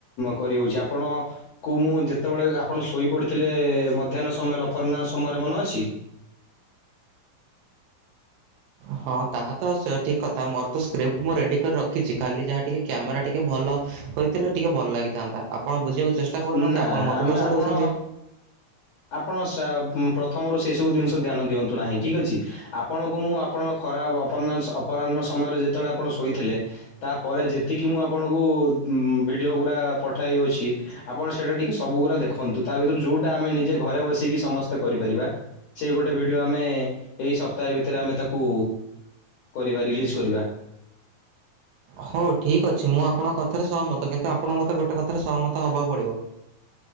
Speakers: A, on the left (about 85°); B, on the right (about 80°).
A: କରିହଉଛି ଆପଣ କୁ ମୁଁ ଯେ କେତେବେଳେ ଆପଣ ଶୋଇପଡ଼ିଥିଲେ ମଧ୍ୟାହ୍ନ ସମୟରେ ଅପର୍ହ୍ ସମୟରେ ମନେ ଅଛି।
B: ହଁ ତାହା ତ ସେ ଠିକ୍ କଥା ମୋର ତ ସ୍କ୍ରିପ୍ଟ ମୁଁ ରେଡ଼ି କରି ରଖି। ଖାଲି ଯାହାେ କ୍ୟାମେରା ଟିକେ ଭଲ ହୋଇଥିଲେ ଟିକେ ଭଲ ଲାଗିଥାନ୍ତା। ଆପଣ ବୁକୁେଷ୍ଟ କରୁନାହାନ୍ତି
A: ନା
B: ଆପଣ ମତେ
A: ଆମେ
B: ଦୋଷ
A: ଆପଣ
B: ଦଉଛନ୍ତି।
A: ଆପଣ ପ୍ରଥମରୁ ସେଇ ସବୁ ଜିନିଷ ଧ୍ୟାନ ଦିଅନ୍ତୁ ନାହିଁ ଠିକ୍ ଅଛି। ଆପଣଙ୍କୁ ମୁଁ ଆପଣ ଖରାପପ ଅପରାହ୍ନ ସମୟରେ ଯେତେବେଳେ ଆପଣ ଶୋଇଥିଲେ ତାପରେ ଯେତିକି ମୁଁ ଆପଣଙ୍କୁ ଭିଡ଼ିଓ ଗୁଡ଼ା ପଠାଇଅଛି ଆପଣ ସେଇଟା ଟିକେ ସବୁଗୁରା ଦେଖନ୍ତୁ। ତା ଭିତରୁ ଯୋଉଟା ଆମ ନିଜେ ଘରେ ବସିକି ସମସ୍ତେ କରିପାରିବା ସେଇ ଗୋଟେ ଭିଡିଓ ଆମେ ଏଇ ସପ୍ତାହେ ଭିତରେ ଆମେ ତାକୁ କରିବା ରିଲିଜ୍ କରିବା।
B: ହଉ ଠିକ୍ ଅଛି ମୁଁ ଆପଣଙ୍କ କଥାରେ ସହମତ। କିନ୍ତୁ ଆପଣଙ୍କ ମତେ ଗୋଟେ କଥାରେ ସହମତ ହବାକୁ ପଡିବ।